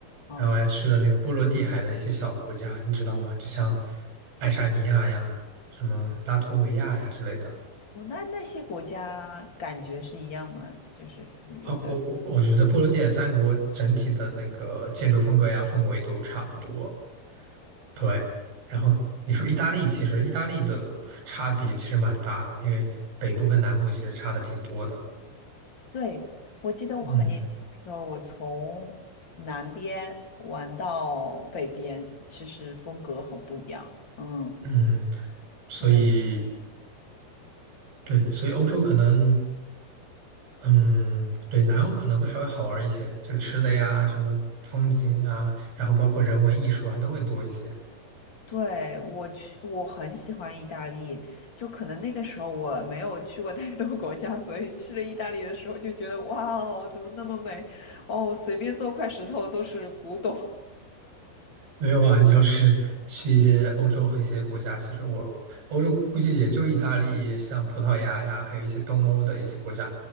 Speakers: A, on the left; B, on the right.
A: 哦，
B: 然后还去了那个波罗的海的一些小国家，你知道吗？就像爱沙尼亚呀、什么拉脱维亚呀之类的。
A: 哦，那那些国家感觉是一样吗？就是旅游的，
B: 啊，我我我觉得波罗的海三国整体的那个建筑风格呀、氛围都差不多。对，然后你说意大利，
A: 嗯，
B: 其实意大利的差别其实蛮大的，因为北部跟南部其实差的挺多的。
A: 对，我记得我很年轻的时候，
B: 嗯
A: 我从南边玩到北边，其实风格很不一样。嗯，
B: 嗯，所以
A: 对，
B: 对，所以欧洲可能，嗯，对，南欧可能会稍微好玩一些，就是吃的呀，什么风景啊，然后包括人文艺术啊，都会多一些。
A: 对，我去，我很喜欢意大利，就可能那个时候我没有去过太多国家，所以去了意大利的时候就觉得哇哦，怎么那么美？哦，随便做块石头都是古董。
B: 没有啊，你要是去一些欧洲和一些国家，其实我欧洲估计也就意大利、像葡萄牙呀，还有一些东欧的一些国家，